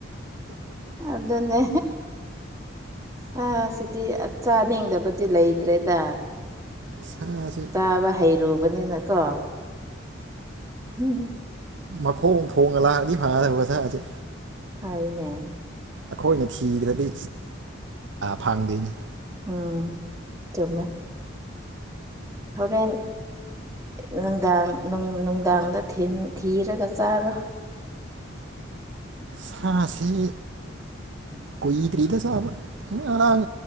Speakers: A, on the right; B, on the right.
A: ꯑꯗꯨꯅꯦ ꯁꯥ ꯁꯤꯗꯤ ꯆꯥꯅꯤꯡꯗꯕꯗꯤ ꯂꯩꯇ꯭ꯔꯦꯗ
B: ꯁꯥꯁꯤ
A: ꯆꯥꯕ ꯍꯩꯔꯨꯕꯅꯤꯅꯀꯣ ꯎꯝ
B: ꯃꯈꯣꯡ ꯊꯣꯡꯅ ꯂꯥꯛꯑꯗꯤ ꯐꯒꯗꯕ ꯁꯥꯁꯦ
A: ꯍꯥꯏꯅꯦ
B: ꯑꯩꯈꯣꯏꯅ ꯊꯤꯗ꯭ꯔꯗꯤ ꯐꯪꯗꯦꯅꯦ
A: ꯎꯝ ꯆꯨꯝꯃꯦ ꯍꯣꯔꯦꯟ ꯅꯨꯡꯗꯥꯡ ꯅꯨꯡꯗꯥꯡꯗ ꯊꯤꯔꯒ ꯆꯥꯔꯣ
B: ꯁꯥꯥꯁꯤ ꯀꯨꯏꯗ꯭ꯔꯤꯗ ꯆꯥꯕ ꯉꯔꯥꯡ